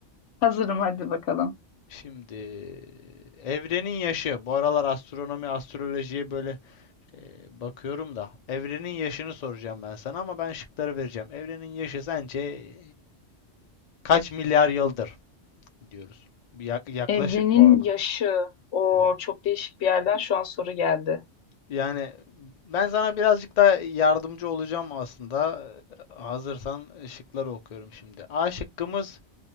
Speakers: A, on the left (about 75°); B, on the left (about 50°).
A: Hazırım hadi bakalım.
B: Şimdi evrenin yaşı. Bu aralar astronomi, astrolojiye böyle e, bakıyorum da. Evrenin yaşını soracağım ben sana ama ben şıkları vereceğim. Evrenin yaşı sence e, kaç milyar yıldır diyoruz. Ya- yaklaşık
A: Evrenin
B: bu arada.
A: yaşı. O
B: Evet.
A: çok değişik bir yerden şu an soru geldi.
B: Yani ben sana birazcık da yardımcı olacağım aslında. Hazırsan şıkları okuyorum şimdi. A şıkkımız